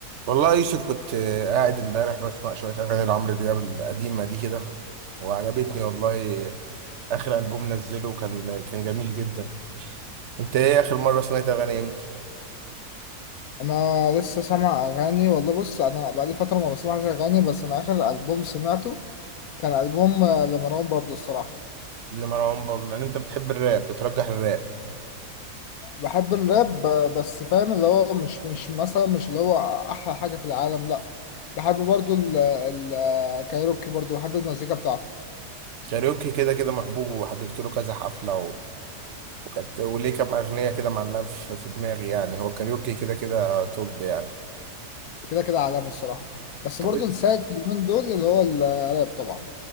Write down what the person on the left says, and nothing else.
انا لسه سامع اغاني والله بص انا بقالي فتره ما بسمعش اغاني بس انا اخر البوم سمعته كان البوم آه، لمروان بابلو الصراحه
بحب الراب آه، بس فاهم اللي هو مش مش مثلا مش اللي هو احلى حاجه في العالم لا بحب برضو ال- ال- الكايروكي برضو بحب المزيكا بتاعته
كده كده عالمي الصراحه بس
برضو السائد في اليومين دول اللي هو الراب طبعا